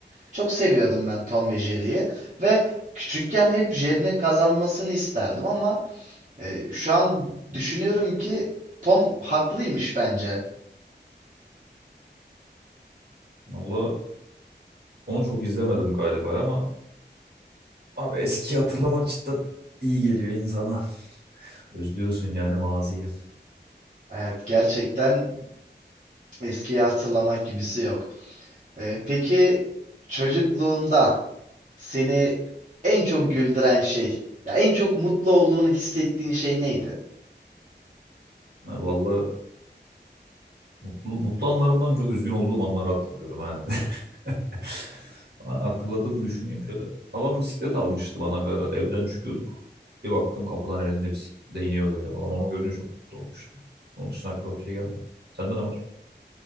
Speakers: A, on the right; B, on the right.
A: Çok seviyordum ben Tom ve Jerry'yi ve küçükken hep Jerry'nin kazanmasını isterdim ama e, şu an düşünüyorum ki Tom haklıymış bence.
B: Valla onu çok izlemedim galiba ama Abi eskiyi hatırlamak cidden iyi geliyor insana. Özlüyorsun yani maziyi.
A: Evet gerçekten Eskiyi hatırlamak gibisi yok. Ee, peki çocukluğunda seni en çok güldüren şey, ya en çok mutlu olduğunu hissettiğin şey neydi?
B: Ha, Vallahi mutlu, mutlu anlarımdan çok üzgün olduğum anları hatırlıyorum ha. <laughs> Ama hatırladığımı düşüneyim şöyle. Babam bisiklet almıştı bana bir ara. Evden çıkıyorduk. Bir baktım kapıdan elinde bisikletle iniyor böyle falan. Onu görünce çok mutlu olmuştum. Onun dışında aklıma bir şey gelmedi. Sende ne var?